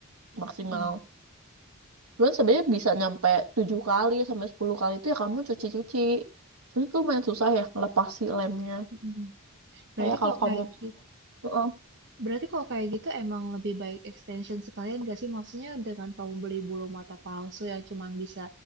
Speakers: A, on the right; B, on the right.
A: maksimal
B: Mm-mm.
A: Cuman sebenarnya bisa nyampe 7 kali sampai sepuluh kali itu ya kamu cuci-cuci. Cuman itu lumayan susah ya ngelepas si lemnya.
B: Mm-mm. Berarti
A: Kayak kalau
B: kalau
A: kamu
B: kayak gitu,
A: Heeh.
B: berarti kalau kayak gitu emang lebih baik extension sekalian gak sih? Maksudnya dengan kamu beli bulu mata palsu yang cuma bisa